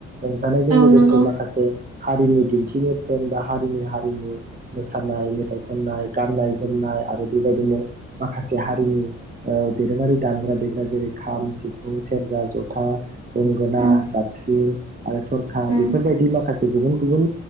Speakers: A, on the right; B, on the right.
A: रंजानायजों
B: औ
A: लोगोसे
B: नंगौ
A: माखासे हारिनि दिन्थि नेरसोन बा हारिनि हारिमु मोसानाय मेथाइ खननाय गान्नाय जोमनाय आरो बेबा यदिनो माखासे हारिनि ओ दोरोङारि दामग्रा देग्रा जेरै खाम सिफुं से सेरजा जथा गंगोना
B: उम
A: जाबस्रि आरो थरखा
B: उम
A: बेफोरबायदि माखास गुबुन गुबुन